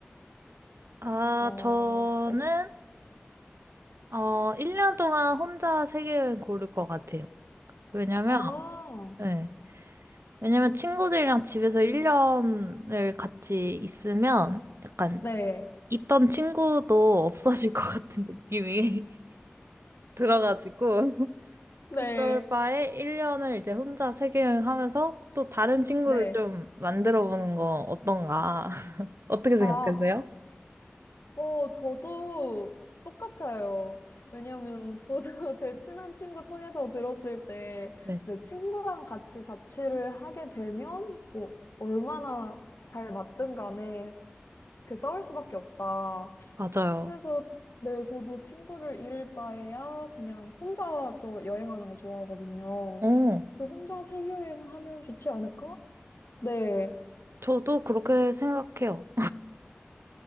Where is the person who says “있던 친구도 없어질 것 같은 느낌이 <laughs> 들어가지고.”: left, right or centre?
Right